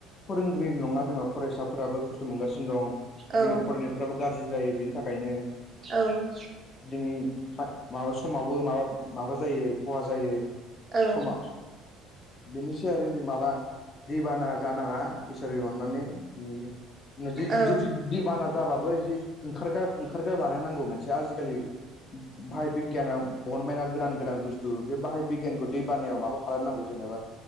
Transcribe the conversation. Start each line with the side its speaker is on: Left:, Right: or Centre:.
Left: फोरोंगिरि नङा जेनेबा फरायसाफोराबो खस्थ' मोनगासिनो दं।
Right: औ
Left: जोंनि फरायनायफ्राबो गाज्रि जायो बेनि थाखायनो
Right: औ
Left: जोंनि माबा समावबो माबा माबा जायो खहा जायो
Right: औ
Left: समाव बेनोसै आरो माबा दै बाना जानाङा एसे <unintelligible>
Right: औ
Left: जुदि दैबाना जाबाबो जि ओंखारग्रा ओंखारग्रा बानायनांगौ मोनसे आजिखालि बाहाय बि गियाना बहनमायना गोदान गोदान बुस्थु बे बाहाय बिगियानखौ दै बानायाव माबा खालामनांगौ जेनेबा